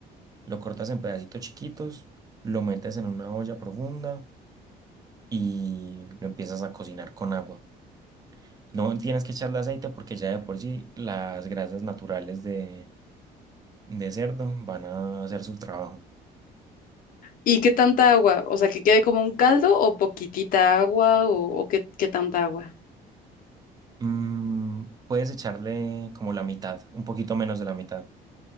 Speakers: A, on the right (about 20°); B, on the left (about 55°).
A: lo cortas en pedacitos chiquitos, lo metes en una olla profunda y lo empiezas a cocinar con agua. No tienes que echarle aceite porque ya de por sí las grasas naturales de de cerdo van a hacer su trabajo.
B: ¿Y qué tanta agua? O sea, que quede como un caldo o poquitita agua o, o qué, qué tanta agua.
A: Mm, puedes echarle como la mitad, un poquito menos de la mitad.